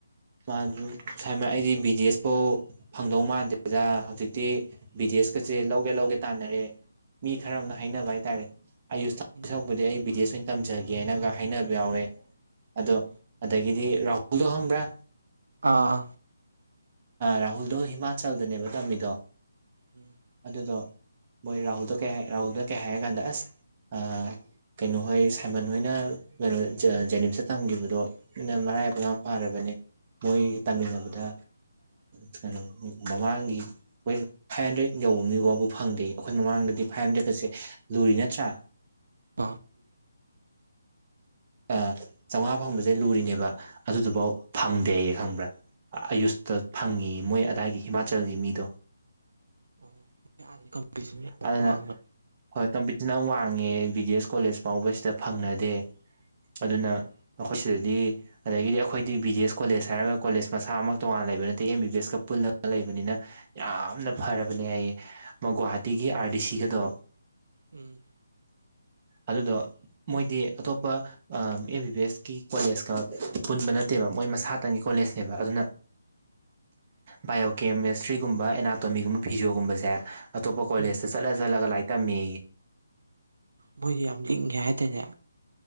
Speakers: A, on the right (about 30°); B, on the right (about 85°).
A: <inaudible> ꯑꯩꯗꯤ ꯕꯤ ꯗꯤ ꯑꯦꯁ ꯄꯥꯎ ꯐꯪꯗꯧ ꯃꯥꯟꯗꯦ ꯍꯧꯖꯤꯛꯇꯤ <inaudible> ꯀꯁꯦ ꯂꯧꯒꯦ ꯂꯧꯒꯦ ꯇꯥꯟꯅꯔꯦ ꯃꯤ ꯈꯔ ꯑꯃꯅ
B: ꯎꯝ
A: ꯍꯥꯏꯅꯕ ꯍꯥꯏꯇꯥꯔꯦ ꯑꯌꯨꯁ
B: ꯎꯝ
A: <inaudible> ꯑꯩ ꯕꯤꯗꯦꯁ ꯑꯣꯏꯅ ꯇꯝꯖꯒꯦꯅꯒ ꯍꯥꯏꯅꯕ ꯌꯥꯎꯋꯦ ꯑꯗꯣ
B: ꯎꯝ
A: ꯑꯗꯒꯤꯗꯤ ꯔꯥꯍꯨꯜꯗꯣ ꯍꯪꯕ꯭ꯔꯥ
B: ꯑꯥ
A: ꯔꯥꯍꯨꯜꯗꯣ ꯍꯤꯃꯥꯆꯜꯗꯅꯦꯕ ꯇꯝꯃꯤꯗꯣ
B: ꯎꯝ
A: ꯑꯗꯨꯗꯣ ꯃꯣꯏ ꯔꯥꯍꯨꯜꯗꯣ ꯀꯩ ꯍꯥꯏ ꯔꯥꯍꯨꯜꯗ ꯀꯩ ꯍꯥꯏꯒꯥꯟꯗ ꯑꯁ ꯑꯥ ꯀꯩꯅꯣꯍꯣꯏ ꯁꯥꯏꯃꯟ ꯍꯣꯏꯅ ꯀꯩꯅꯣ ꯖꯦꯅꯤꯝꯁꯇ ꯇꯝꯒꯤꯕꯗꯣ ꯃꯔꯥꯏꯕꯛ ꯌꯥꯝ ꯄꯥꯔꯕꯅꯤ ꯃꯣꯏ ꯇꯥꯃꯤꯟꯅꯕꯗ ꯀꯩꯅꯣ ꯃꯃꯥꯡꯒꯤ ꯃꯣꯏ ꯐꯥꯏꯚ ꯍꯟꯗ꯭ꯔꯦꯗ ꯌꯧꯕ ꯃꯤꯐꯥꯎꯕ ꯐꯪꯗꯦ ꯑꯩꯈꯣꯏ ꯃꯃꯥꯡꯗ ꯐꯥꯏꯚ ꯍꯟꯗ꯭ꯔꯦꯠꯀꯁꯦ ꯂꯨꯔꯤ ꯅꯠꯇ꯭ꯔꯥ
B: ꯑ
A: ꯑ ꯆꯥꯝꯃꯉꯥ ꯐꯪꯕꯁꯦ ꯂꯨꯔꯤꯅꯦꯕ ꯑꯗꯨꯗꯨꯐꯥꯎ ꯐꯪꯗꯦ ꯑꯩꯌꯦ ꯈꯪꯕ꯭ꯔꯥ ꯑꯌꯨꯁꯇ ꯐꯪꯉꯤ ꯃꯣꯏ ꯑꯗꯥꯏꯒꯤ ꯍꯤꯃꯥꯆꯜꯒꯤ ꯃꯤꯗꯣ
B: ꯑꯣꯝꯤꯁ ꯌꯥꯝ
A: ꯑꯗꯨꯅ
B: ꯋꯥꯡꯕꯅꯦ
A: ꯍꯣꯏ ꯀꯝꯄꯤꯇꯤꯁꯟ ꯌꯥꯝ ꯋꯥꯡꯉꯦ ꯕꯤ ꯗꯤ ꯑꯦꯁ ꯀꯣꯂꯦꯖ ꯐꯥꯎꯕꯁꯤꯗ ꯐꯪꯅꯗꯦ ꯑꯗꯨꯅ
B: ꯎꯝ
A: ꯃꯈꯣꯏ ꯁꯤꯗꯗꯤ ꯑꯗꯒꯤꯗꯤ ꯑꯩꯈꯣꯏꯗꯤ ꯕꯤ ꯗꯤ ꯑꯦꯁ ꯀꯣꯂꯦꯖ ꯍꯥꯏꯔꯒ ꯀꯣꯂꯦꯖ ꯃꯁꯥꯃꯛ ꯇꯣꯉꯥꯟꯅ ꯂꯩꯕ ꯅꯠꯇꯦ ꯑꯦꯝ ꯕꯤ ꯕꯤ ꯑꯦꯁꯀ ꯄꯨꯜꯂꯒ ꯂꯩꯕꯅꯤꯅ ꯌꯥꯝꯅ
B: ꯎꯝ
A: ꯐꯔꯕꯅꯦ ꯍꯥꯏꯌꯦ ꯃ ꯒꯨꯍꯥꯇꯤꯒꯤ ꯑꯥꯔ ꯗꯤ ꯁꯤꯒꯗꯣ
B: ꯎꯝ
A: ꯑꯗꯨꯗꯣ ꯃꯣꯏꯗꯤ ꯑꯇꯣꯞꯄ ꯑꯦꯝ ꯕꯤ ꯕꯤ ꯑꯦꯁ ꯀꯤ ꯀꯣꯂꯦꯖꯀ ꯄꯨꯟꯕ ꯅꯠꯇꯦꯕ ꯃꯣꯏ ꯃꯁꯥꯇꯪꯒꯤ ꯀꯣꯂꯦꯖꯅꯦꯕ ꯑꯗꯨꯅ ꯕꯥꯏꯑꯣꯀꯦꯃꯦꯁꯇ꯭ꯔꯤꯒꯨꯝꯕ ꯑꯦꯅꯥꯇꯣꯃꯤꯒꯨꯝꯕ ꯐꯤꯖꯤꯣꯒꯨꯝꯕꯁꯦ ꯑꯇꯣꯞꯄ ꯀꯣꯂꯦꯖꯇ
B: ꯎꯝ
A: ꯆꯠꯂ ꯆꯠꯂꯒ ꯂꯥꯏꯔꯤꯛ ꯇꯝꯃꯤ
B: ꯃꯣꯏꯁ ꯌꯥꯝ ꯇꯤꯡꯒꯦ ꯍꯥꯏꯇꯥꯅꯦ